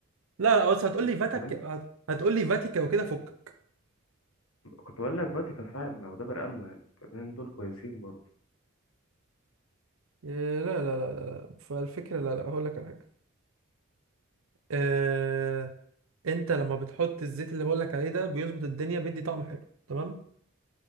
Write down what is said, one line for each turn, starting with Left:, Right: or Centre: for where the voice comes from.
Right: لا لا بس هتقول
Left: زيت
Right: لي فاتك
Left: الألماني
Right: هت- هتقول لي فاتيكا وكده فكك
Left: كنت بقول لك فاتيكا فعلا وده بقى آمنة يعني الاتنين دول كويسين برضه
Right: إيه، لا لا لا لا لا. فالفكرة لا لا هقول لك على حاجة آه، انت لما بتحط الزيت اللي بقولك عليه ده بيظبط الدنيا بيدي طعم حلو تمام